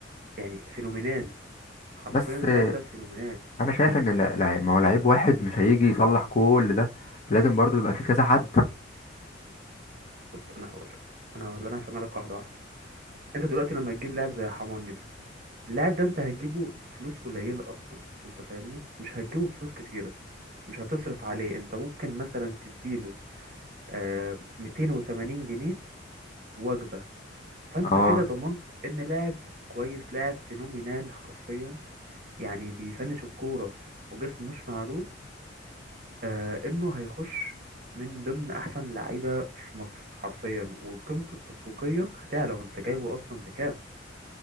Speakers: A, on the right; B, on the left.
A: يعني فينومينال حرفيا
B: بس
A: اللاعب
B: آه،
A: ده فينومينال
B: انا شايف ان لا لا- ما هو لعيب واحد مش هيجي يصلح كل ده لازم برضو يبقى في كذا حد
A: بص انا هقول لك انا هقول انا هفهمها لك واحده واحده انت دلوقتي لما تجيب لاعب زي حماني ده اللاعب ده انت هتجيبه بفلوس قليله اصلا انت فاهمني مش هتجيبه بفلوس كتيره مش هتصرف عليه انت ممكن مثلا تديله آه 280 جنيه وجبة فانت
B: اه
A: كده ضمنت ان لاعب كويس لاعب فينومينال حرفيا يعني بيفنش الكورة وجسمه مش معدول آه انه هيخش من ضمن احسن لعيبة في مصر حرفيا وقيمته التسويقية هتعلى وانت جايبه اصلا بكام